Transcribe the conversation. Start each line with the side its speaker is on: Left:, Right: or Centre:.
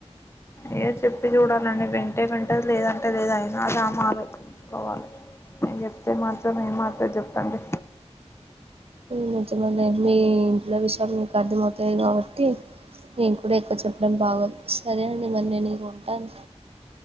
Left: ఏ చెప్పి చూడాలండి వింటే వింటేది లేదంటే లేదు అయినాదిమ ఆలోచించుకోవాలి నేను చెప్తే మాత్రం ఏ మాత్ర చెప్పండి
Right: నిజమే లే మీ ఇంట్లో విషయాలు మీకు అర్థమవుతాది కాబట్టి నేను కూడా ఎక్కువ చెప్పడం బాగోదు సరే అండి మరి నేను ఇక ఉంటాను